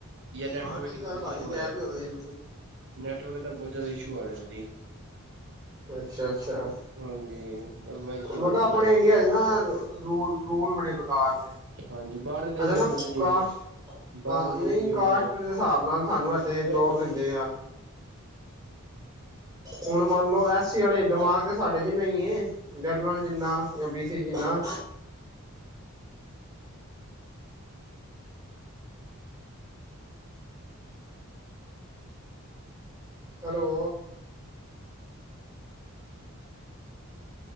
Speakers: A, on the right (about 60°); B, on the right (about 15°).
A: ਯਾਰ ਨੈੱਟਵਰਕ
B: ਮਾਂ ਕੀ
A: ਦੀ ਬਹੁਤ
B: ਗੱਲ ਭਾਜੀ
A: ਇਸ਼ੂ ਹੋ
B: ਗੈਪ
A: ਰਿਹਾ।
B: ਹੀ ਗਏ ਸੀ
A: ਨੈਟਵਰਕ ਦਾ ਬਹੁਤ ਜ਼ਿਆਦਾ ਇਸ਼ੂ ਆ ਰਿਹਾ ਭਾਜੀ।
B: ਅੱਛਾ-ਅੱਛਾ,
A: ਹਾਂਜੀ ਵਾਈਫਾਈ
B: ਮੈਖਾ
A: ਲਾਉਣਾ ਹੀ
B: ਆਪਣੇ
A: ਪੈਣਾ
B: ਇੰਡੀਆ ਨਾ ਰੂਲ ਰੂਲ ਬੜੇ ਬੇਕਾਰ ਨੇ।
A: ਹਾਂਜੀ ਬਾਹਰਲੇ ਦੇਸ਼
B: ਅੱਛਾ
A: ਵੇਖ
B: ਨਾ
A: ਲੋ ਤੁਸੀਂ ਜਿਵੇਂ
B: ਕਾਸ਼
A: ਬਾਹਰ
B: ਹਾਂ
A: ਦੇ
B: ਨਹੀਂ
A: ਦੇਸ਼ ਵੀ ਵੇਖ
B: ਕਾਸਟ
A: ਲੋ
B: ਦੇ ਹਿਸਾਬ ਨਾਲ ਸਾਨੂੰ ਇਹ ਤੇ
A: ਉਹ
B: ਜੋਬ ਦਿੰਦੇ ਆ। ਹੁਣ ਮੰਨ ਲਓ ਐਸ ਸੀ ਵਾਲੇ ਦਿਮਾਗ ਸਾਡੇ ਜਿਨਾ ਈ ਏ ਜਨਰਲ ਜਿਨਾ ਜਾਂ ਬੀ ਸੀ ਜਿਨਾ। ਹੈਲੋ